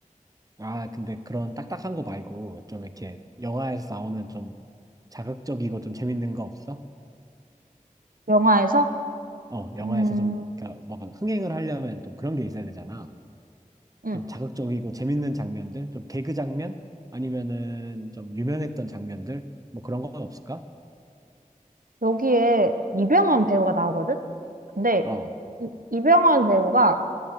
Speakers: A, on the right (about 25°); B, on the right (about 85°).
A: 아, 근데 그런 딱딱한 거 말고 좀 이렇게 영화에서 나오는 좀 자극적이고 좀 재밌는 거 없어?
B: 영화에서
A: 어, 영화에서
B: 음,
A: 좀 그러니까 뭔가 흥행을 하려면 좀 그런 게 있어야 되잖아.
B: 음,
A: 좀 자극적이고 재밌는 장면들, 좀 개그 장면 아니면은 좀 유명했던 장면들 뭐 그런 건 없을까?
B: 여기에 이병헌 배우가 나오거든. 근데
A: 어,
B: 이, 이병헌 배우가